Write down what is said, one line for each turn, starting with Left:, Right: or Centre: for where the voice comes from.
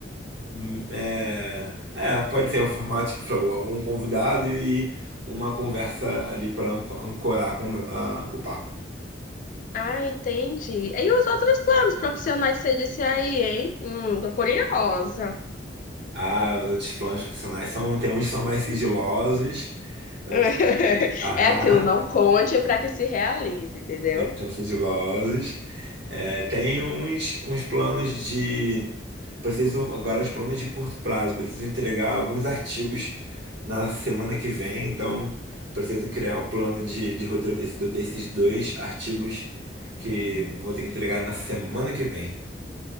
Right: hum, é, é, pode ser um formato tipo flow, um convidado e uma conversa ali para ancorar com, a- o papo.
Left: Ah, entendi. E os outros planos profissionais que você disse aí, hein? Hum, tô curiosa.
Right: Ah, os outros planos profissionais são, tem uns que são mais sigilosos, que não-
Left: <laughs>
Right: aham,
Left: É aquilo, não conte para que se realize, entendeu?
Right: são sigilosos. É, tem uns, uns planos de Preciso agora os planos de curto prazo, preciso entregar alguns artigos na semana que vem, então preciso criar o plano de, de roteiro desse do- desses dois artigos que vou ter que entregar na semana que vem.